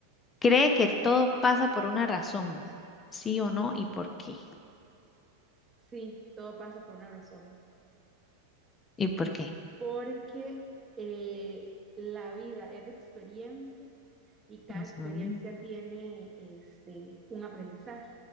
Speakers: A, on the left; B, on the right.
A: ¿Cree que todo pasa por una razón? ¿Sí o no? ¿Y por qué?
B: Sí, todo pasa por una razón.
A: ¿Y por qué?
B: Porque eh, la vida es de experiencias y cada
A: Ujú,
B: experiencia tiene este, un aprendizaje,